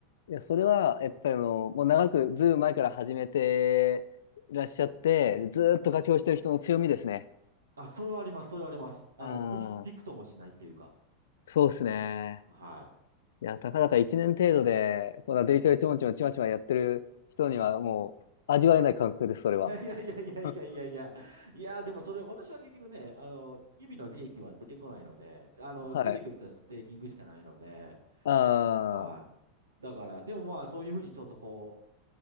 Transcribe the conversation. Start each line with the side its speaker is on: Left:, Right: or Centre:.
Left: う、いや、それは、やっぱりあの、もう長く、ずいぶん前から始めていらっしゃって、ずーっと活用してる人の強みですね。
Right: うん。あ、それはあります、それはあります。あの、
Left: ああ
Right: ぶき、びくともしないっていうか、
Left: そうですね。
Right: はい。
Left: いや、たかだか1年程度で、こんなデイトレちょんちょんちまちまやってる人には、もう、味わえない感覚です、それは。
Right: <laughs> いやいやいやいやいやいやいや。
Left: <laughs>
Right: いや、でもそれ、私は結局ね、あの、日々の利益は出てこないので、あの、
Left: はい。
Right: 出てくるとはステーキングしかないので、
Left: あ
Right: はい。だから、でもまあ、そういうふうにちょっとこう、